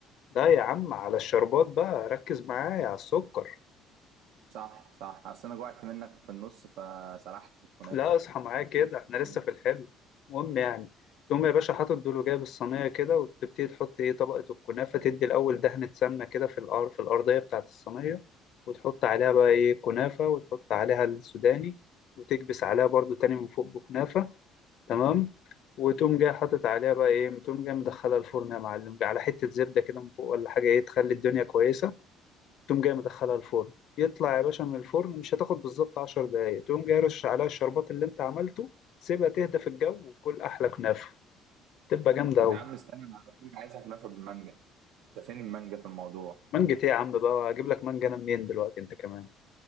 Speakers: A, on the left; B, on the right.
A: ده يا عم على الشربات بقى ركز معايا على السكر
B: صح صح اصل انا جوعت منك في النص فسرحت في الكنافه
A: لا اصحى معايا كده
B: فوت
A: احنا
B: يعني.
A: لسه في الحلم المهم يعني تقوم يا باشا حاطط دول وجايب الصينيه كده وتبتدي تحط ايه طبقه الكنافه تدي الاول دهنه سمنه كده في الأرض في الارضيه بتاعه الصينيه وتحط عليها بقى ايه كنافه وتحط عليها السوداني وتكبس عليها برضو تاني من فوق بكنافه تمام وتقوم جاي حاطط عليها بقى ايه تقوم جاي مدخلها الفرن يا معلم على حته زبده كده من فوق ولا حاجه ايه تخلي الدنيا كويسه تقوم جاي مدخلها الفرن يطلع يا باشا من الفرن مش هتاخد بالظبط 10 دقايق تقوم جاي رش عليها الشربات اللي انت عملته سيبها تهدى في الجو وكل احلى كنافه تبقى جامده
B: طب
A: قوي
B: يا عم استنى انا قلت لك عايزها كنافه بالمانجا انت فين المانجا في الموضوع
A: مانجة ايه يا عم بقى اجيب لك مانجا انا منين دلوقتي انت كمان